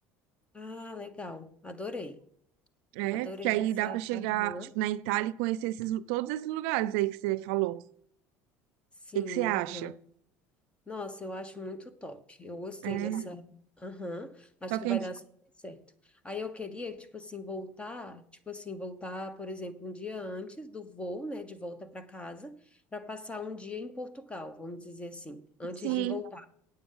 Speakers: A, on the left; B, on the right.
A: Ah, legal. Adorei.
B: É,
A: Adorei
B: porque aí
A: essa.
B: dá pra chegar,
A: Aham.
B: tipo, na Itália e conhecer esses, todos esses lugares aí que você falou. O
A: Sim,
B: que que você acha?
A: aham. Nossa, eu acho muito top. Eu gostei
B: É,
A: dessa. Aham, acho
B: só que
A: que vai
B: a gente,
A: dar super certo. Aí eu queria, tipo assim, voltar, tipo assim, voltar, por exemplo, um dia antes do voo, né, de volta para casa, para passar um dia em Portugal, vamos dizer assim, antes
B: sim,
A: de voltar,